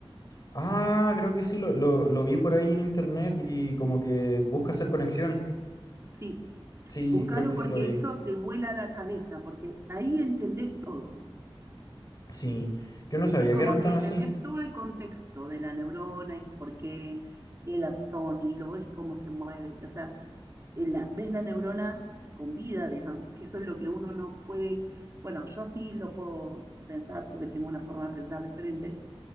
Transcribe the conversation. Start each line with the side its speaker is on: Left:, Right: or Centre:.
Left: Ah, creo que sí, lo, lo, lo vi por ahí en internet y como que busca hacer conexión.
Right: Sí,
Left: Sí,
Right: búscalo
Left: creo que
Right: porque
Left: sí lo vi.
Right: eso te vuela la cabeza, porque ahí entendés todo.
Left: Sí, yo no sabía
Right: Es como
Left: que eran tan
Right: que entendés
Left: así.
Right: todo el contexto de la neurona y por qué, y el axón, y lo ves cómo se mueve. O sea, en la- ves la neurona con vida, digamos, que eso es lo que uno no puede. Bueno, yo sí lo puedo pensar porque tengo una forma de pensar diferente,